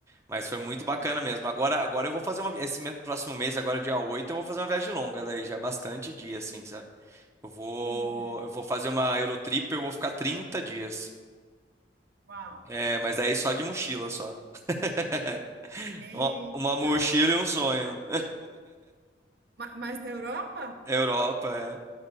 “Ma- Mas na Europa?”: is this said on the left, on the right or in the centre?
Right